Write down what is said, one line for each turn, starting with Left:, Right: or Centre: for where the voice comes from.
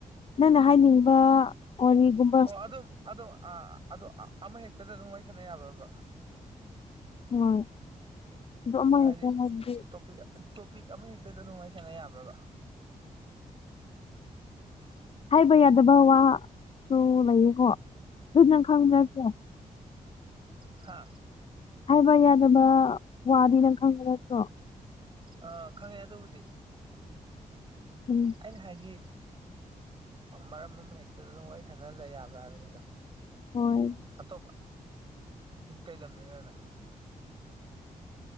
Left: ꯅꯪꯅ ꯍꯥꯏꯅꯤꯡꯕ ꯀꯔꯤꯒꯨꯝꯕ
Right: ꯑꯣ ꯑꯗꯨꯝ ꯑꯗꯨꯝ ꯑꯥ ꯑꯗꯨ ꯑ ꯑꯃ ꯍꯦꯛꯇꯗ ꯑꯗꯨꯝ ꯋꯥꯔꯤ ꯁꯥꯟꯅ ꯌꯥꯕ꯭ꯔꯕ
Left: ꯍꯣꯏ ꯑꯗꯨ ꯑꯃ
Right: ꯍꯥꯏꯗꯤ
Left: ꯍꯦꯛꯇ ꯍꯥꯏꯕꯗꯤ
Right: ꯇꯣꯄꯤꯛ ꯇꯣꯄꯤꯛ ꯑꯃ ꯍꯦꯛꯇꯗ ꯑꯗꯨꯝ ꯋꯥꯔꯤ ꯁꯥꯟꯅ ꯌꯥꯕ꯭ꯔꯕ <unintelligible>
Left: ꯍꯥꯏꯕ ꯌꯥꯗꯕ ꯋꯥꯁꯨ ꯂꯩꯌꯦꯀꯣ ꯑꯗꯨ ꯅꯪ ꯈꯪꯕꯔꯥ
Right: ꯍꯥꯥ
Left: ꯍꯥꯏꯕ ꯌꯥꯗꯕ ꯋꯥꯗꯤ ꯅꯪ ꯈꯪꯕ ꯅꯠꯇ꯭ꯔꯣ
Right: ꯑ ꯈꯪꯉꯦ ꯑꯗꯨꯕꯨꯗꯤ
Left: ꯎꯝ
Right: ꯑꯩꯅ ꯍꯥꯏꯗꯤ ꯃꯔꯝ ꯑꯃ ꯍꯦꯛꯇꯗ ꯑꯗꯨꯝ ꯋꯥꯔꯤ ꯁꯥꯟꯅꯍꯂ ꯌꯥꯕ꯭ꯔꯥ ꯍꯥꯏꯕꯅꯤꯗꯥ
Left: ꯍꯣꯏ
Right: ꯑꯇꯣꯞꯄ ꯀꯩ ꯂꯝꯗꯩꯅꯣ ꯅꯪ